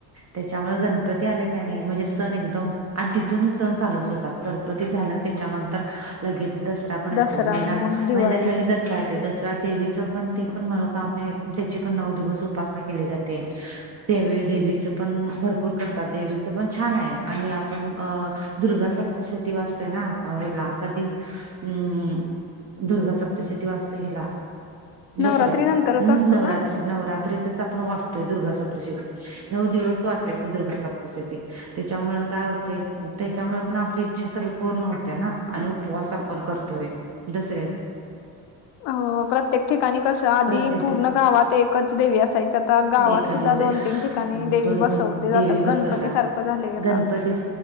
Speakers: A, on the right; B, on the left.
A: तेच्यामुळे गणपती आलाय कणी म्हणजे, सण एकदम आणि तिथून सण चालूच होतात. गणप पती झालं त्याच्यानंतर लगेच, दसरा पण येतोय.
B: दसरा
A: महिन्यात
B: मग दिवाळी
A: महिन्यात लगेच दसरा येतोय. दसरा देवीच पण ते पण, मनोकामने त्याची पण नऊ दिवस उपासना केली जाते‌ त्यावेळी देवीचं पण, भरपूर कर देवीच पण छान आहे. आणि आपण अ -दुर्गा सप्तशती वाचतोय ना हेला कधी, हम्म.. दुर्गा सप्तशती वाचतो हिला. दसऱ्यात
B: नवरात्री नंतरच
A: हम्म..
B: असतो
A: नवरात्री
B: ना
A: नवरात्रीतच आपण वाचतोय दुर्गा सप्तशती. नऊ दिवस वाचायचं. दुर्गा सप्तशती तेच्यामुळं काय होते, त्यांच्यामुळे पण आपली इच्छा सगळी, पूर्ण होत्या ना. आणि उपवास आपण करतोय दसऱ्याची.
B: हो, प्रत्येक ठिकाणी कसं आधी
A: प्रत्येक
B: पूर्ण
A: ठिक
B: गावात एकच देवी असायच्यात. आता गावात
A: एका
B: सुद्धा
A: दिवस
B: दोन तीन ठिकाणी देवी
A: दोन
B: बसवते
A: तीन
B: जातात
A: देवी
B: गणपती
A: बसवतात
B: सारखं झाले आता.
A: गणपती